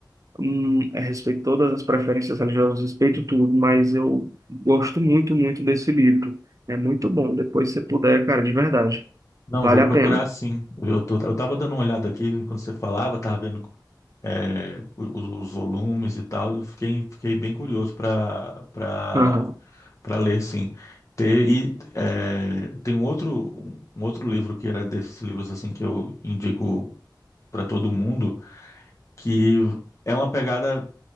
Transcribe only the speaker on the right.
Hum, eh, respeito todas as preferências religiosas, respeito tudo, mas eu gosto muito, muito desse livro. É muito bom, depois se você puder, cara, de verdade.
Vale
a pena.
Aham.